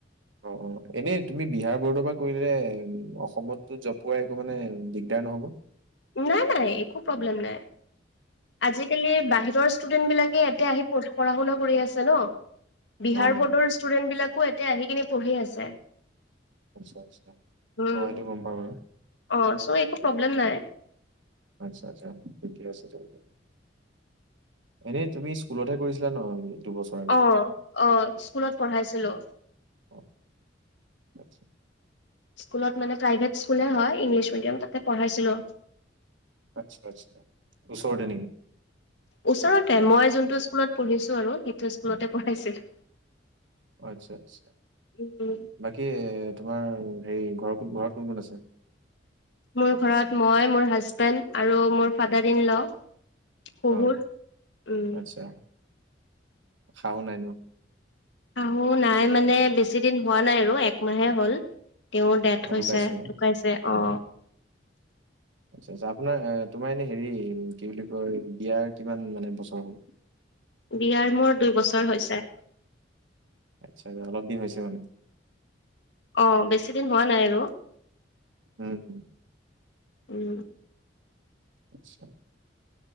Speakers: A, on the right (about 85°); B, on the left (about 70°).
A: অ অ এনেই তুমি বিহাৰ বৰ্ডৰ পৰা কৰিলে উম অসমতো জব পোৱাৰ একো মানে দিগদাৰ নহব?
B: নাই নাই একো প্ৰব্লেম নাই। আজিকালি বাহিৰৰ ষ্টুডেন্টবিলাকে ইয়াতে আহি প পঢ়া শুনা কৰি আছে ন। বিহাৰ
A: অ অ
B: বৰ্ডৰ ষ্টুডেন্টবিলাকো এতিয়া আহি কিনে পঢ়ি আছে।
A: আচ্ছা আচ্ছা,
B: উম
A: অ সেইটো গম পাওঁ বাৰু।
B: অ চ' একো প্ৰব্লেম নাই।
A: আচছা আচ্ছা ঠিকে আছে তেন্তে এনে তুমি স্কুলত সে কৰিছিলা ন দুবছৰ আগত।
B: অ অ স্কুলত পঢ়াইছিলো।
A: অ আচ্ছা
B: স্কুলত মানে প্ৰাইভেট স্কুলে হয় ইংলিছ মিডিয়াম তাতে পঢ়াইছিলো।
A: আচ্ছা আচ্ছা, ওচৰতে নেকি
B: ওচৰতে, মই যোনটো স্কুলত পঢ়িছো আৰু সেইটো স্কুলতে পঢ়াইছিলোঁ।
A: অ আচ্ছা আচ্ছা,
B: উম
A: বাকী তোমাৰ হেৰি ঘৰ কোন ঘৰত কোন কোন আছে?
B: মোৰ ঘৰত মই মোৰ হাজবেণ্ড আৰু মোৰ ফাদাৰ ইন ল। শহুৰ
A: অ
B: উম
A: আচ্ছা শাহু নাই ন?
B: শাহু নাই মানে বেছি দিন হোৱা নাই আৰু একমাহে হ'ল। তেওঁৰ ডেথ
A: অ
B: হৈছে
A: ঢুকাইছে
B: ধুকাইছে
A: উম
B: অ।
A: আচ্ছা আচ্ছা আপোনাৰ তোমাৰ এনে হেৰি কি বুলি কয় বিয়াৰ কিমান মানে বছৰ হ'ল।
B: বিয়াৰ মোৰ দুইবছৰ হৈছে।
A: আচ্ছা অলপদিন হৈছে মানে।
B: অ বেছি দিন হোৱা নাই আৰু।
A: উম
B: উম
A: আচ্ছা।